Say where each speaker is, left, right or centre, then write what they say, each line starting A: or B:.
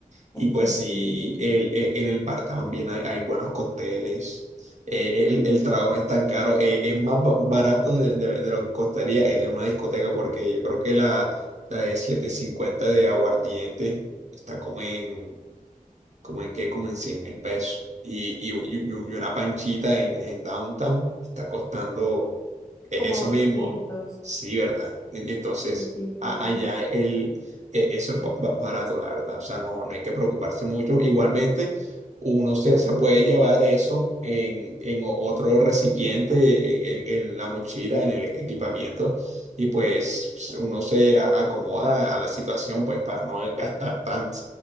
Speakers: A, on the right; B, on the left.
A: Y
B: Es
A: pues
B: que
A: sí,
B: sí,
A: el, e- en el bar también hay, hay buenos cócteles. eh, e, El, el trago no es tan caro, eh, es más ba- barato de, de- de lo que costaría en en una discoteca, porque yo creo que la, la de siete cincuenta de aguardiente está como en como en qué, como en cien mil pesos. Y, y, u- y- u- y una panchita en, en downtown está costando e-
B: como
A: eso
B: doscientos
A: mismo. Sí, ¿verdad? En- Entonces,
B: Sí, sí,
A: a-
B: sí.
A: allá el, e- eso es ba- ba- barato, la verdad. O sea, no, no hay que preocuparse mucho. Igualmente, uno se, se puede llevar eso en, en o- otro recipiente, e- e- en la mochila, en el equipamiento. Y pues uno se a- acomoda a la situación, pues, para no gastar tanto.